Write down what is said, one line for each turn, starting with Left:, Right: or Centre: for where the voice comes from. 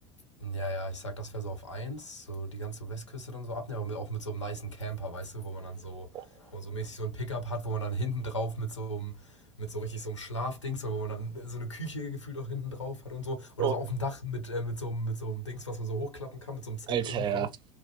Left: Ja, ja, ich sag, das wäre so auf eins, so die ganze Westküste dann so abnehmen, aber mit, auch mit so einem nicen Camper, weißt du, wo man dann so,
Right: Boah.
Left: wo man so mäßig so ein Pickup hat, wo man dann hinten drauf mit so einem, mit so richtig so einem Schlafdings, so wo man dann so eine Küche gefühlt auch hinten drauf hat und so, oder
Right: Bro,
Left: so auf dem Dach mit, äh, mit so einem, mit so einem Dings, was man so hochklappen kann, mit so einem Zelt
Right: Alter,
Left: oben drauf.
Right: ja.